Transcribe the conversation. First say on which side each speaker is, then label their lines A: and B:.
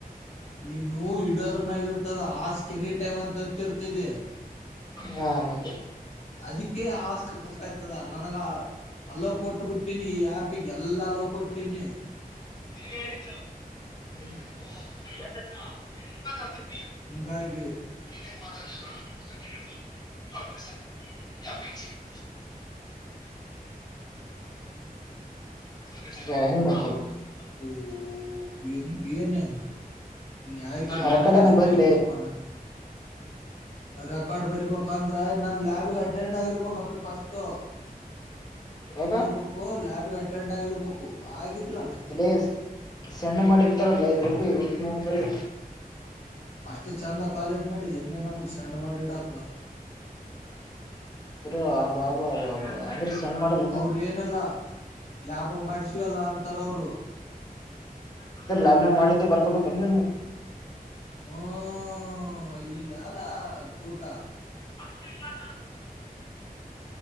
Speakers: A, on the left; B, on the left.
A: ನೀನು ಇಡದ್ರ ಮ್ಯಾಗ ಇರ್ತದ ಆಸ್ಕ್ ಎನಿ ಟೈಮ್ ಅಂತ ಓತ್ತಿರ್ತಿದಿ.
B: ಹಾ ಮತ್ತೆ.
A: ಅದಕ್ಕೆೇ ಆಸ್ಕ <unintelligible> ನನಗ. ಹಲ್ಲೋ ಕೊಟ್ಬಿಟ್ಟು. ಕೊಟ್ಟೀನಿ ಈ ಆಪಿಗೆ ಎಲ್ಲ ಅಲ್ಲೋ ಕೊಟ್ಟೀನಿ.
B: <unintelligible> <unintelligible>
A: ಹಿಂಗಾಗಿ
B: <unintelligible> ಗ <unintelligible>
A: ಊ ಎಂಗೇನಂದ? ಈ ನ್ಯಾಯಕ್ಕೆ ನುಡಿಗಾಳೆನ್
B: ಆ ಕಡೆನ ಬರಿಲೆ
A: ಹೆಂಗಪ್ಪಾನ ರೆಕಾರ್ಡ್ ಬರಿಬೇಕಂದ್ರೆ ನಾನ್ ಲ್ಯಾಬ್ಗೆ ಅಟೆಂಡ್ ಆಗಿರ್ಬೇಕಪ್ಪ. ಫಸ್ಟು.
B: ಯಾಕ
A: ಏನಾಗಿರ್ಬೇಕು ಲ್ಯಾಬ್ಗೆ ಅಟೆಂಡ್ ಆಗಿರ್ಬೇಕು ಆಗಿದ್ಲ ಮತ್ತೆ
B: ಅಲ್ಲೇ ಸೆಂಡ್ ಮಾಡಿರ್ತಾರಲ್ಲ ಈ ಗ್ರೂಪ್ಗೇ ಈ ಗ್ರೂಪ್ ನೋಡ್ಬರಿ.
A: ಅಷ್ಟು ಚೆಂದ ಕಾಲೇಜ್ ಮಾಡಿದೇನ್ಲೇ ನಮಗ್ ಸೆಂಡ್ ಮಾಡಿಡಕ.
B: ಅಂದ್ರ ಆಬಬಬಬ ಅಂದ್ರ ಸೆಂಡ್ಮಾಡುದ್ಲೇನು.
A: ಅವ್ರ ಏನಿಲ್ಲ ಲ್ಯಾಬ್ ಬ್ಬ ಮಾಡ್ಸಿವಲ್ಲ ಅಂತಾರವ್ರು.
B: ಅಂದ್ರ್ ನಾವ್ನಾವ್ ಮಾಡಿದ್ದೆ ಬರ್ಕೊಬೇಕೆನು.
A: ಹ್ಮ್ ಇಲ್ಲ ಅದ ಗೂಟ
B: <unintelligible>